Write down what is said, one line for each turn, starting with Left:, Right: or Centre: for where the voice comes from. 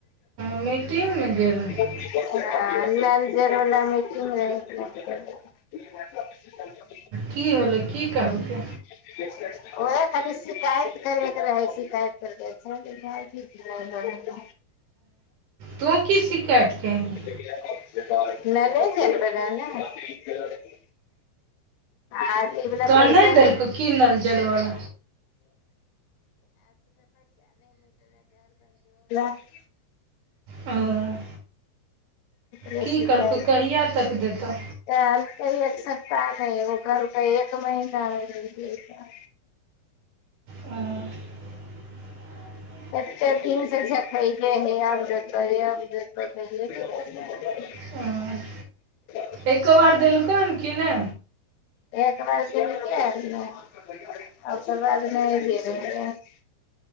Right: <unintelligible>
Left: <unintelligible>
Right: किी हलो किी कहलके
Left: <unintelligible> ओ खाली शिकायत करैके रहै शिकायत कर <unintelligible>
Right: तु की शिकायत की केलहि
Left: <unintelligible> आ अइ वला
Right: तोरा
Left: पैसा
Right: नहि देलकौ की नल जलवला
Left: <unintelligible> <unintelligible>
Right: हँ
Left: ओकरे
Right: की
Left: सिखै
Right: कहलकौ कहिया तक देतौ
Left: <unintelligible> एक सप्ताह नहि <unintelligible>
Right: हँ <inaudible>
Left: कते दिन से देखैले हे आब जेतो ह आब जेतोे
Right: हँ
Left: <unintelligible> <unintelligible>
Right: एको बार देलकौन कि नै
Left: <unintelligible>